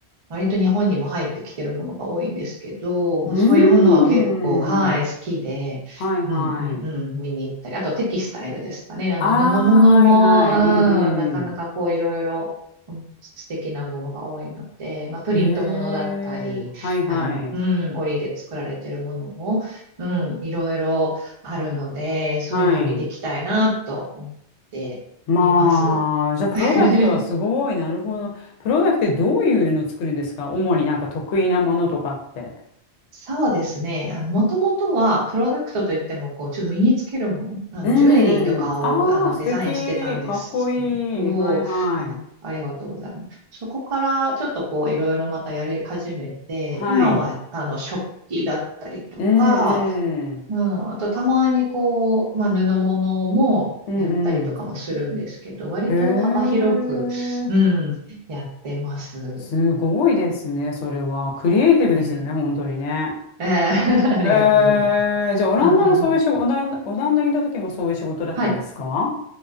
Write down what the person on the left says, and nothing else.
ーん。
はいはい。
ああ、
はいはい。
うん
うん。
へえ、はいはい。
はい。まあ、じゃあ、プロダクトはすごい。
なるほど。プロダクトってどういうの作るんですか主になんか得意なものとかって。
うんうん。
ああ、
素敵。
かっこいい。はいはい。
はい。
うんうん。
うんうん。
へえ、
すごいですね、それは。クリエイティブですよね、
本当にね。
えー、じゃあ、オランダもそういう仕事、
オランダ、オランダにいた時もそういう仕事だったんですか